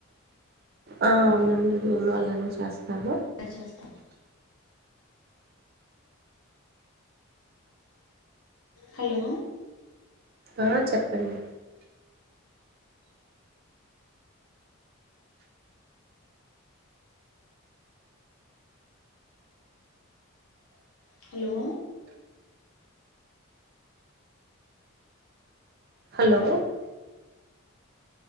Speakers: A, on the right (about 45°); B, on the left (about 85°).
A: ఆ అవునంది అమ్మాగాను చేస్తాను
B: తయారు చేస్తా హలో
A: ఆ చెప్పండి
B: హలో
A: హలో